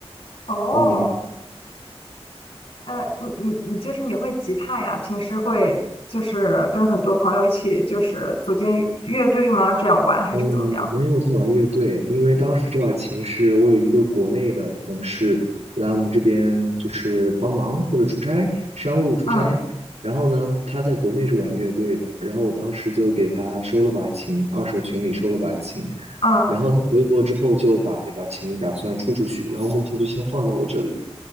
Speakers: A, on the left; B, on the right.
A: 哦，
B: 那你呢？
A: 呃，你你你就是你会吉他呀？平时会就是跟很多朋友一起就是组建乐乐队吗？这样玩还是怎么样？
B: 嗯，没有太玩乐队，因为当时这把琴是我有一个国内的同事来我们这边就是帮忙或者出差，商务出差。
A: 嗯
B: 然后呢，他在国内是玩乐队的，然后我当时就给他收了把琴，二手群里收了把琴。
A: 嗯
B: 然后他回国之后就把那把琴打算出出去，然后目前就先放在我这里，